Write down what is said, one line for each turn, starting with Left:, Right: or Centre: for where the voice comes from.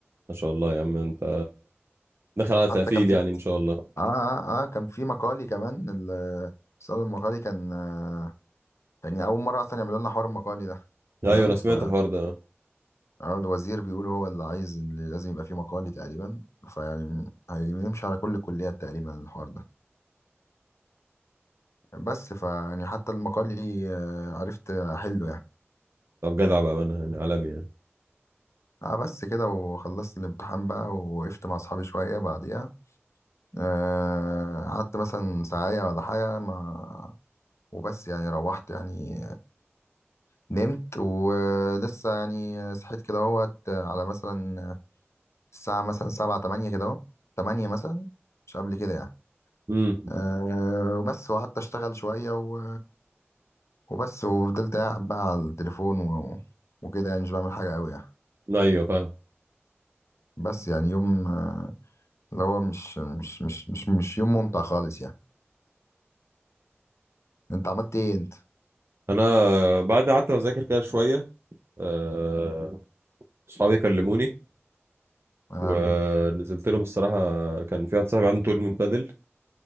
Right: ما شاء الله يا عم انت داخل على
Left: حتى
Right: تقفيل
Left: كان في
Right: يعني ان شاء الله
Left: اه اه اه كان في مقالي كمان ال- السؤال المقالي كان آه، كان اول مره اصلا يعملوا لنا حوار المقالي ده
Right: ايوه
Left: تمام
Right: انا سمعت
Left: ف
Right: الحوار ده
Left: آه، الوزير بيقولوا هو اللي عايز اللي لازم يبقى فيه مقالي تقريبا فيعني هيمشي على كل الكليات تقريبا الحوار ده بس فيعني حتى المقالي آه، عرفت احله يعني
Right: طب جدع بقى انا يعني عالمي يعني
Left: اه بس كده وخلصت الامتحان بقى ووقفت مع اصحابي شويه بعديها آه، قعدت مثلا ساعة ولا حاجة ما وبس يعني روحت يعني نمت ولسه يعني صحيت كده اهوت على مثلا الساعة مثلا سبعة تمانية كده اهو تمانية مثلا مش قبل كده يعني
Right: امم
Left: أه وبس وقعدت أشتغل شوية و... وبس وفضلت قاعد بقى على التليفون و... وكده يعني مش بعمل حاجة أوي يعني
Right: ايوه فاهم
Left: بس يعني يوم آه، اللي هو مش مش مش مش مش يوم ممتع خالص يعني أنت عملت إيه أنت؟
Right: انا بعد قعدت اذاكر كده شويه آه، اصحابي كلموني
Left: آه
Right: ونزلت لهم الصراحه كان في واحد صاحبي عنده تورنمنت بادل